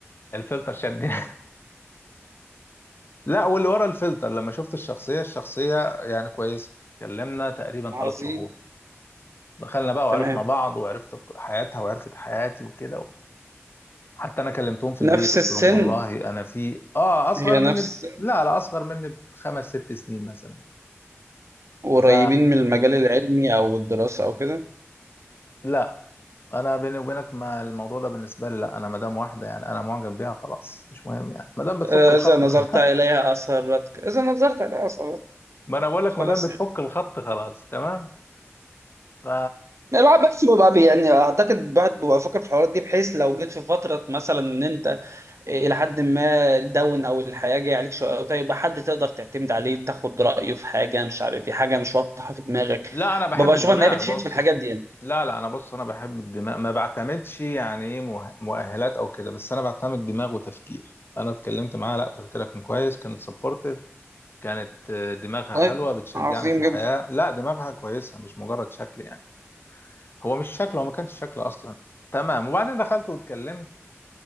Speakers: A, on the left (about 50°); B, on the right (about 80°).
A: الفلتر شدني <laughs> لا واللي ورا الفلتر لما شفت الشخصية الشخصية يعني كويسة اتكلمنا تقريبا
B: عظيم
A: ثلاث شهور دخلنا بقى وعرفنا
B: تمام
A: بعض وعرفت حياتها وعرفت حياتي وكده حتى انا كلمتهم في البيت
B: نفس
A: قلت
B: السن
A: لهم والله انا في اه اصغر
B: هي
A: مني
B: نفس
A: ب... لا لا اصغر مني بخمس ست سنين مثلا
B: قريبين
A: ف
B: من المجال العلمي أو الدراسة أو كده
A: لا انا بيني وبينك ما الموضوع ده بالنسبه لي لا انا مدام واحده يعني انا معجب بيها خلاص مش مهم يعني مادام بتفك
B: آه،
A: الخط
B: إذا نظرت
A: <laughs> خلاص
B: إليها أثرتك إذا نظرت إليها أثرتك
A: ما انا بقول لك
B: خلاص
A: مادام بتفك
B: يعني
A: الخط خلاص تمام ف
B: يعني الواحد بس بيبقى بي- يعني أعتقد الواحد بيبقى فاكر في الحوارات دي بحيث لو جيت في فترة مثلا إن أنت إلى حد ما داون أو الحياة جاية عليك شوية أو كده، يبقى حد تقدر تعتمد عليه تاخد رأيه في حاجة مش عارف في حاجة مش واضحة في دماغك
A: لا انا بحب
B: ببقى أشوف
A: الدماغ
B: إن هي بتفيد
A: بص
B: في الحاجات دي يعني
A: لا لا انا بص انا بحب الدماغ ما بعتمدش يعني ايه مه- مؤهلات او كده بس انا بعتمد دماغ وتفكير انا اتكلمت معاها لا تفكيرها كان كويس كانت سبورتيف كانت آه، دماغها
B: طيب
A: حلوة بتشجعني
B: عظيم
A: في الحياة
B: جدا
A: لا دماغها كويسة مش مجرد شكل يعني هو مش شكل هو ما كانش شكل اصلا تمام وبعدين دخلت واتكلمت